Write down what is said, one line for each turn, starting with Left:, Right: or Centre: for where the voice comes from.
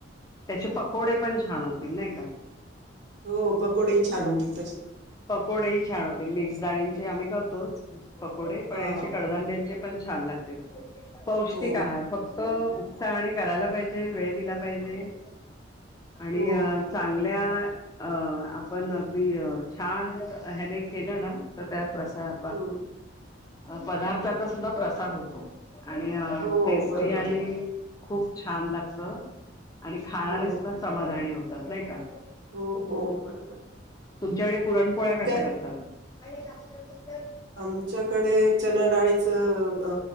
Left: त्याचे पकोडे पण छान होतील, नाही का?
Right: हो पकोडेही छान होतील, तसे.
Left: पकोडेही छान होतेल, मिक्स डाळींचे आम्ही करतोच, पकोडे पण
Right: हा
Left: असे
Right: हा
Left: कडधान्यांचे पण छान लागते, पौष्टिक
Right: हो
Left: आहार, फक्त त उत्साहाने करायला पाहिजे, वेळ दिला पाहिजे. आणि
Right: हो
Left: चांगल्या अ आपण अगदी छान, ह्याने केलं ना. तर त्यात प्रसा
Right: हम्म,
Left: पदार्थाचा सुद्धा प्रसाद होतो. आणि
Right: हो
Left: टेस्टी
Right: बरोबर
Left: आणि खूप छान लागत. आणि खाणारे
Right: हो
Left: सुद्धा समाधानी होतात, नाही का?
Right: हो हो बरोबर
Left: तुमच्याकडे पुरणपोळ्या
Right: आणि
Left: कशा
Right: त्या
Left: करतात. आणि लातर फक्त
Right: आमच्याकडे चना डाळीच, अ